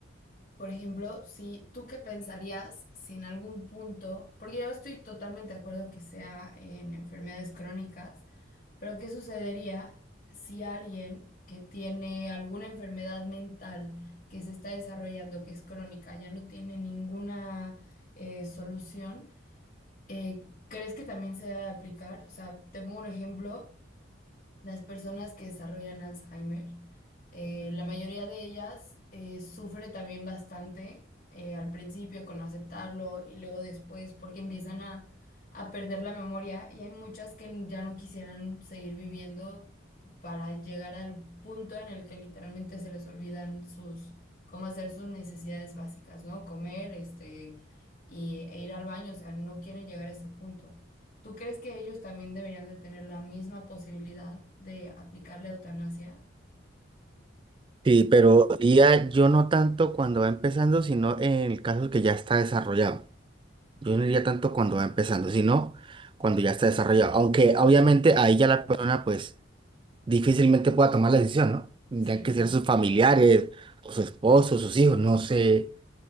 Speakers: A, on the left (about 40°); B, on the right (about 25°).
A: Por ejemplo, si tú qué pensarías si en algún punto, porque yo estoy totalmente de acuerdo que sea en enfermedades crónicas, pero ¿qué sucedería si alguien que tiene alguna enfermedad mental que se está desarrollando, que es crónica, ya no tiene ninguna eh, solución? eh, ¿crees que también se debe aplicar? O sea, te pongo un ejemplo. Las personas que desarrollan Alzheimer, eh, la mayoría de ellas eh, sufre también bastante eh, al principio con aceptarlo y luego después porque empiezan a, a perder la memoria y hay muchas que ya no quisieran seguir viviendo para llegar al punto en el que literalmente se les olvidan sus, cómo hacer sus necesidades básicas, ¿no? Comer, este, y, e ir al baño, o sea, no quieren llegar a ese punto. ¿Tú crees que ellos también deberían de tener la misma posibilidad de aplicar la eutanasia?
B: Sí, pero diría yo no tanto cuando va empezando, sino en el caso que ya está desarrollado. Yo no diría tanto cuando va empezando, sino cuando ya está desarrollado. Aunque obviamente ahí ya la persona pues difícilmente pueda tomar la decisión, ¿no? Tendrían
A: Sí,
B: que ser sus familiares o su esposo, sus hijos, no sé.